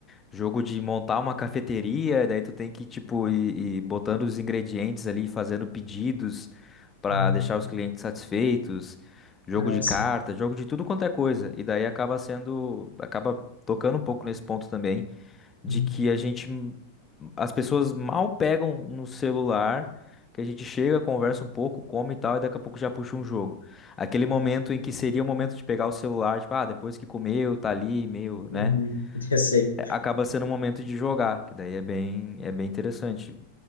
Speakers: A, on the left (about 20°); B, on the left (about 75°).
A: jogo de montar uma cafeteria, daí tu tem que, tipo, ir, ir botando os ingredientes ali, fazendo pedidos pra
B: Uhum.
A: deixar os clientes satisfeitos, jogo
B: Nossa.
A: de carta, jogo de tudo quanto é coisa. E daí acaba sendo, acaba tocando um pouco nesse ponto também de
B: Uhum.
A: que a gente as pessoas mal pegam no celular, que a gente chega, conversa um pouco, come e tal, e daqui a pouco já puxa um jogo. Aquele momento em que seria o momento de pegar o celular, tipo, ah, depois que comeu, tá ali, meio, né?
B: Uhum. <laughs> Eu sei.
A: É, Acaba sendo um momento de jogar, que daí é bem, é bem interessante,